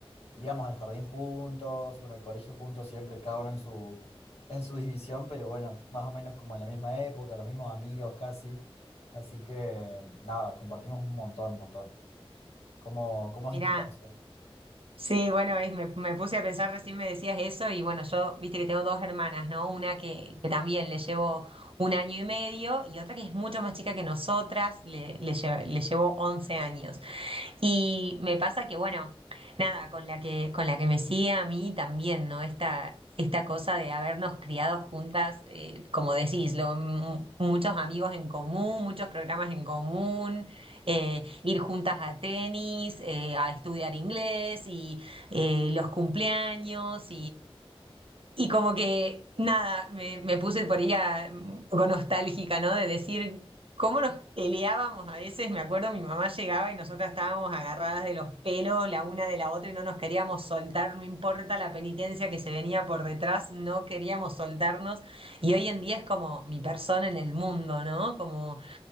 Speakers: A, on the left; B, on the right.
A: íbamos al jardín juntos, bueno, al colegio juntos siempre, cada uno en su, en su división, pero bueno, más o menos como en la misma época, los mismos amigos casi. Así que nada, compartimos un montón, montón. ¿Cómo, cómo
B: Mirá,
A: es en tu caso?
B: sí, bueno, es- me, me puse a pensar, recién me decías eso y bueno, yo, viste que tengo dos hermanas, ¿no? Una que, que también le llevo un año y medio y otra que es mucho más chica que nosotras, le, le, lle- le llevo 11 años. Y me pasa que, bueno, nada, con la que, con la que me sigue a mí también, ¿no? Esta, esta cosa de habernos criado juntas, eh, como decís, lo- m- muchos amigos en común, muchos programas en común, eh, ir juntas a tenis, eh, a estudiar inglés y eh, los cumpleaños y como que, nada, me, me puse por ella un poco nostálgica, ¿no? De decir cómo nos peleábamos a veces. Me acuerdo, mi mamá llegaba y nosotras estábamos agarradas de los pelos la una de la otra y no nos queríamos soltar, no importa la penitencia que se venía por detrás, no queríamos soltarnos. Y hoy en día es como mi persona en el mundo, ¿no? Como